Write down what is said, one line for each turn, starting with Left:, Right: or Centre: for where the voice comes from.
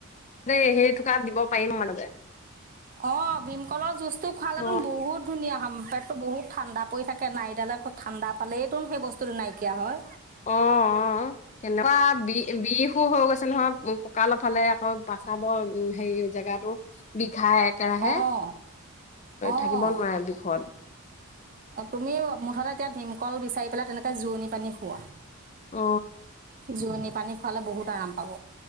Left: দেই সেই োক দিব পাৰিম মানে যে
Right: অ', ভীমকলৰ জুচটো খোৱালেতোন
Left: অ
Right: বহুত ধুনীয়া হয় পেটটো বহুত ঠাণ্ডা পৰি থাকে নাইিডালে ঠাণ্ডাালেইতো সেই বস্তুটো নাইকিয়া হয়
Left: অ অ তেনেকুৱা বি বিষ হৈ গৈছে নহয় ককালৰ ফালে আকৌ বচাব হেৰি জেগাটো বিষ <unintelligible> ঘাই একেৰাহে
Right: অ', অ',
Left: থাকিব নোৱাৰে বিষত
Right: তুমি মুঠতে এতিয়া ভীমকল বিচাৰি পেলাই তেনেকে জোৰণি পানী খুওৱা
Left: অ
Right: জোৰণি পানী খোৱালে বহুত আৰাম পাব